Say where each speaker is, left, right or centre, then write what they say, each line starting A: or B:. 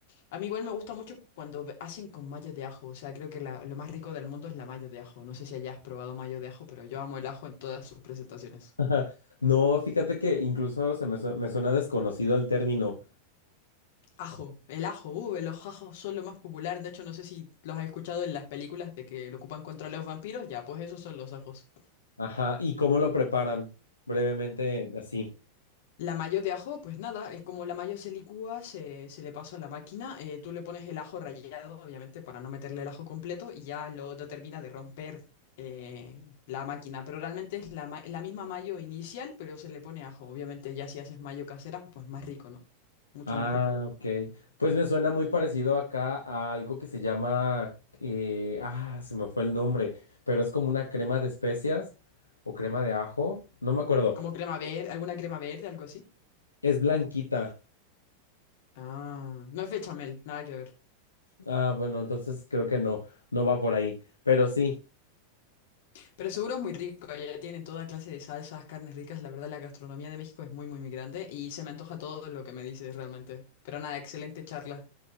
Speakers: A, on the left (about 55°); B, on the left (about 75°).
A: A mí igual me gusta mucho cuando ve- hacen con mayo de ajo, o sea, creo que la- lo más rico del mundo es la mayo de ajo. No sé si hayas probado mayo de ajo, pero yo amo el ajo en todas sus presentaciones.
B: <laughs> No, fíjate que incluso se me, su- me suena desconocido el término.
A: Ajo, el ajo, uh, los ajos son lo más popular, de hecho no sé si los has escuchado en las películas de que lo ocupan contra los vampiros, ya, pues esos son los ajos.
B: Ajá, ¿y cómo lo preparan? Brevemente, así.
A: La mayo de ajo, pues nada, es como la mayo se licúa, se, se le pasa a la máquina, eh, tú le pones el ajo rallado, obviamente, para no meterle el ajo completo, y ya lo, lo termina de romper eh, la máquina. Pero realmente es la, ma- la misma mayo inicial, pero se le pone ajo. Obviamente, ya si haces mayo casera, pues más rico, ¿no? Mucho
B: Ah,
A: más rico.
B: ok. Pues me suena muy parecido acá a algo que se llama, eh, ah, se me fue el nombre, pero es como una crema de especias o crema de ajo, no me acuerdo.
A: Como crema verde, alguna crema verde, algo así.
B: Es blanquita.
A: Ah, no es bechamel, nada que ver.
B: Ah, bueno, entonces creo que no, no va por ahí. Pero sí,
A: Pero seguro es muy rico, allá tienen toda clase de salsas, carnes ricas, la verdad la gastronomía de México es muy, muy, muy grande y se me antoja todo lo que me dices realmente. Pero nada, excelente charla.